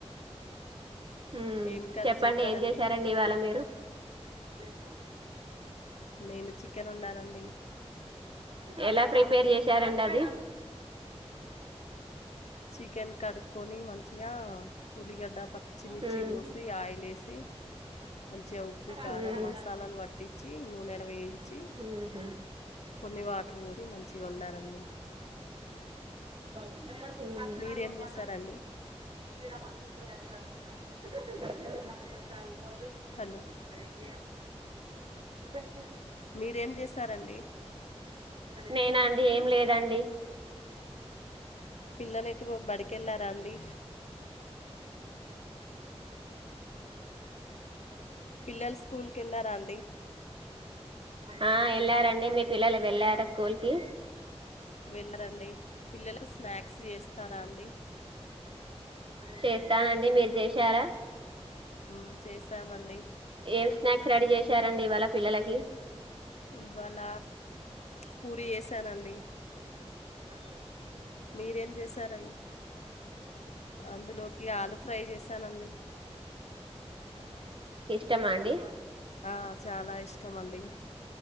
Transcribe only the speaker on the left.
ఏం కర్రీ
చేసారండి
నేను చికెన్ వండానండి
చికెన్ కడుక్కొని మంచిగా ఉల్లిగడ్డ పచ్చిమిర్చి
కోసి ఆయిల్ ఏసి మంచిగా ఉప్పు కారం
మసాలాలు పట్టిచ్చి నూనెలో వేయించి
కొన్ని వాటర్ పోసి మంచిగా వండానండి
మీరేం చేసారండి
హలో
మీరేం చేసారండి
పిల్లలు ఎటు బడికెళ్ళారా అండి పిల్లలు స్కూల్ కి వెళ్ళారా అండి
వెళ్ళారండి పిల్లలకు స్నాక్స్ చేస్తారా అండి
మ్మ్ చేసామండి
మ్మ్ ఇవాళ పూరి చేసానండి
మీరేం చేశారండి అందులోకి ఆలు ఫ్రై చేశానండి
ఆ చాలా ఇష్టం అండి